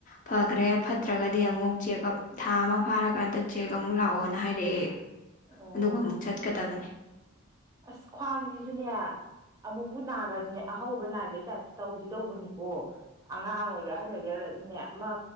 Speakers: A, on the left; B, on the right.
A: ꯐꯈ꯭ꯔꯦ ꯐꯠꯇ꯭ꯔꯒꯗꯤ ꯑꯃꯨꯛ ꯆꯦꯛꯑꯞ ꯊꯥ ꯑꯃ ꯐꯥꯔꯀꯥꯟꯗ ꯆꯦꯛ ꯑꯃꯨꯛ ꯂꯥꯛꯑꯣꯅ ꯍꯥꯏꯔꯛꯑꯦ
B: ꯑꯣ
A: ꯑꯗꯨꯒ ꯑꯃꯨꯛ ꯆꯠꯀꯗꯕꯅꯦ
B: ꯑꯁ ꯈ꯭ꯋꯥꯡꯁꯤꯁꯨꯅꯦ ꯑꯃꯨꯛꯄꯨ ꯅꯥꯈ꯭ꯔꯗꯤꯅꯦ ꯑꯍꯧꯕ ꯅꯥꯏꯕꯩ ꯇꯥꯏꯞꯇ ꯇꯧꯗꯤ ꯇꯧꯕꯅꯤꯀꯣ ꯑꯉꯥꯡ ꯑꯣꯏꯒꯦꯔ ꯑꯍꯟ ꯑꯣꯏꯒꯦꯔꯅꯦ ꯑꯃ